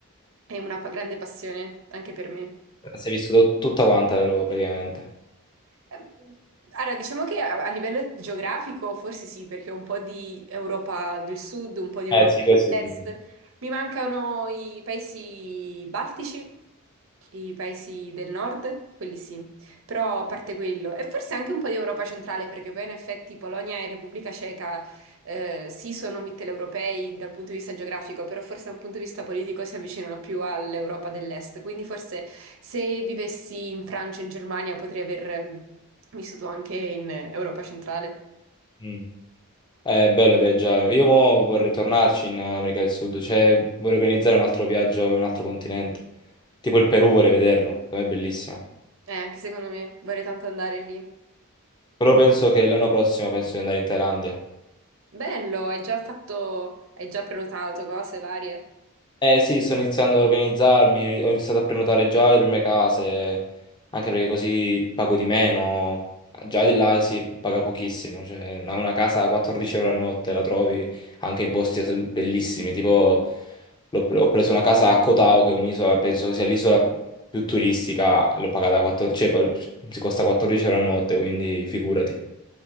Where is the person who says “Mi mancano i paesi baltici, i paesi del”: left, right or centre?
Right